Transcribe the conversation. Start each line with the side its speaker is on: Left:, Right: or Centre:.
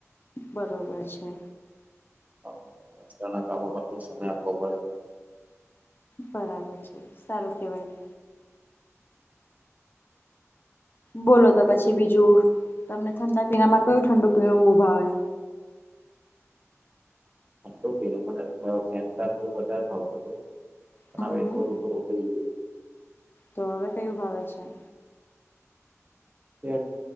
Left: બરોબર છે.
Right: હમ રસ્તાના કામોમાં પણ સમય આપવો પડે.
Left: બરાબર છે સારું કેવાય. બોલો તો પછી બીજું તમને ઠંડા પીણામાં કયું ઠંડુ પીણું બોવ ભાવે?
Right: ઠંડુ પીણું મને ફેનતા બોવ વધારે ભાવતું તું. પણ
Left: હમ
Right: હવે
Left: હમ
Right: થોડું થોડું થઈ ગયું છે.
Left: તો હવે કયું ભાવે છે?
Right: તે